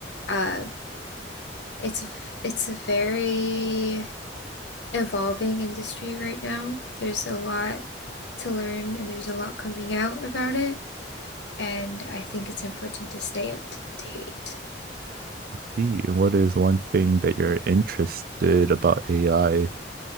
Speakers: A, on the left; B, on the right.
A: Uh, it's it's a very evolving industry right now. There's a lot to learn and there's a lot coming out about it, and I think it's important to stay up to date.
B: See, what is one thing that you're interested about AI,